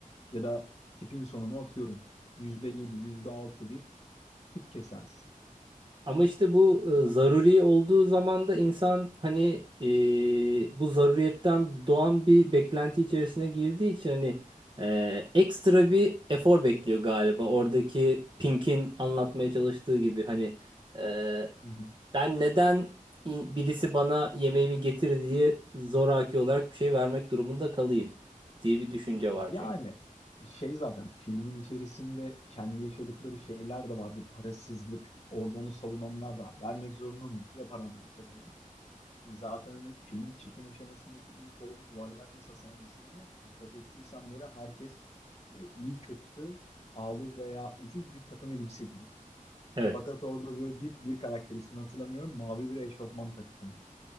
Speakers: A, on the left; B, on the right.
A: Ya da tipin sonuna atıyorum. yüzde yedi, yüzde altı bir tip kesersin.
B: Ama işte bu
A: E,
B: e, zaruri olduğu zaman da insan hani e, bu zaruriyetten doğan bir beklenti içerisine girdiği için hani e, ekstra bir efor bekliyor galiba. Oradaki Pink'in anlatmaya çalıştığı gibi hani e,
A: Hı hı.
B: ben neden in- birisi bana yemeğimi getir diye zoraki olarak bir şey vermek durumunda kalayım diye bir düşünce var
A: Yani
B: çünkü.
A: şey zaten filmin içerisinde kendi yaşadıkları şeyler de var. Bu parasızlık. Orada onu savunanlar da var. Vermek zorunda mıyım? Ya param yoksa falan. Zaten hani filmin çekim aşamasındaki ilk o yuvarlak masa sahnesinde dikkat ettiysen böyle herkes e, iyi kötü, pahalı veya ucuz bir takım elbise giyiyor.
B: Evet,
A: Fakat orada böyle bir, bir karakter ismini hatırlamıyorum. Mavi bir eşofman takımı